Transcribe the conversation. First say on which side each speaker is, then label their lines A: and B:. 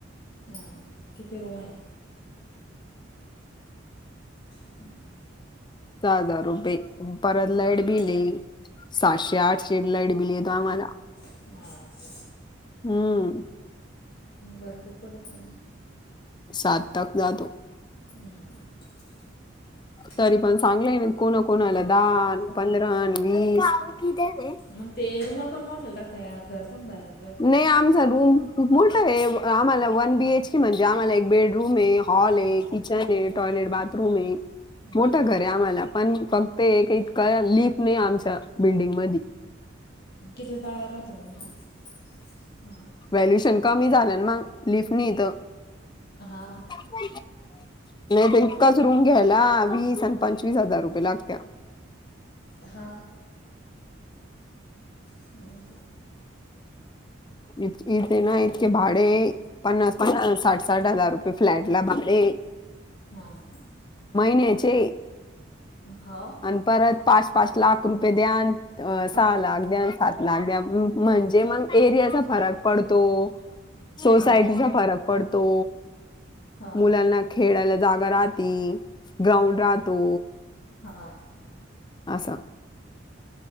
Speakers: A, on the left; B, on the left.
A: ''हां'' किती रुम आहे. ह <inaudible>
B: सहा हजार रुपये परत
A: हां
B: लाईट बिले साहशे आठशे. लाईट बिल येतो आम्हाला.
A: हा का,
B: हम्म,
A: भरपूर पडत ना.
B: सात तक ना तो.
A: हा, <inaudible>
B: तरी पण चांगलंय कोणा कोणा आला दहाान पंधरा वीस.
A: मग ते रूमा पण मोठाल रा त्या घर पण भारी.
B: नाही आमचा रूम खूप मोठा आहे. आम्हाला वन बीएच के म्हणजे आम्हाला एक बेडरूम आहे. हॉल आहे किचन आहे टॉयलेट बाथरूम आहे मोठं
A: हा
B: घर
A: का
B: आहे आम्हाला. पण फक्त एक इतका लिफ नाही आमच्या बिल्डिंग मधी.
A: किवे ताळा्यावर राहते बोलली ''हां''
B: व्हॅल्युशन कमी झालं मग लिफ नाही इथं.
A: हा
B: का <inaudible> नाही तर एकाच रूम घ्यायला वीस आणि पंचवीस हजार रुपये लागत्या.
A: हा हो का?
B: इ इथे ना इतके भाडे पन्नास पन साठ साठ हजार रुपये फ्लॅट ला भाडे
A: हा हा का?
B: महिन्याचे
A: हाव.
B: आणि परत पाच पाच लाख रुपये द्यान सहा
A: हो
B: लाख
A: हा
B: द्यान पाच लाख द्या म्हणजे मग एरियाचा फरक पडतो सोसायटीचा
A: हा
B: फरक पडतो
A: हा
B: मुलांना खेळायला जागा राहती ग्राउंड राहतो
A: हा
B: आसा